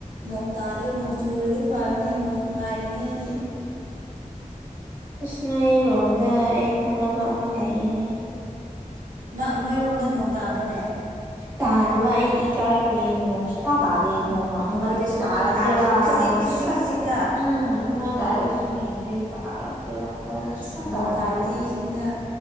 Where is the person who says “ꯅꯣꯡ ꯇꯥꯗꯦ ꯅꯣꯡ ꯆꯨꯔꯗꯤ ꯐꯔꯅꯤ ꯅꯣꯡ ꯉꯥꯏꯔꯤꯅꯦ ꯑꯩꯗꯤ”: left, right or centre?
Right